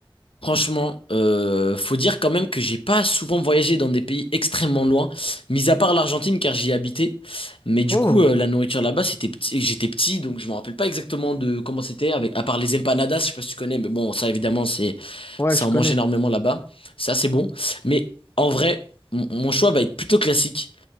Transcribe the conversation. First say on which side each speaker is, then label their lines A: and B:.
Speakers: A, on the left; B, on the left.
A: Franchement, euh, faut dire quand même que j'ai pas souvent voyagé dans des pays extrêmement loin, mis à part l'Argentine car j'y ai habité. Mais du
B: Oh,
A: coup, euh, la nourriture là-bas, c'était petit, j'étais petit, donc je me rappelle pas exactement de comment c'était, avec à part les empanadas, je sais pas si tu connais, mais bon, ça évidemment, c'est
B: ouais,
A: ça
B: je
A: en
B: connais.
A: mange énormément là-bas. Ça, c'est bon. Mais en vrai, mon mon choix va être plutôt classique.